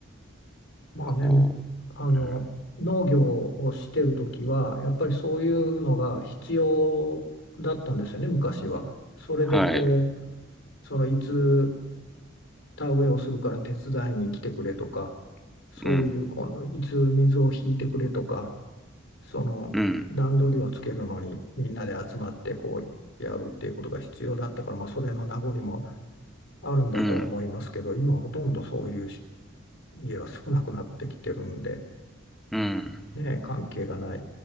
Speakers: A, on the left; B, in the centre.
A: まあね、
B: こ
A: むあの、
B: う、うん、
A: 農業をしてるときは、やっぱりそういうのが必要だったんですよね、昔は。それでこう、
B: はい
A: そのいつ田植えをするから手伝いに来てくれとか、そういうこのいつ水を引いてくれとか、
B: うん
A: その段取りをつけるのにみんなで集まってこうやるっていうことが必要だったから、
B: うん
A: まあ、それの名残もあるんだと思いますけど今ほとんどそういう
B: うん
A: 家は少なくなってきてるんで、
B: うん
A: ね、関係がない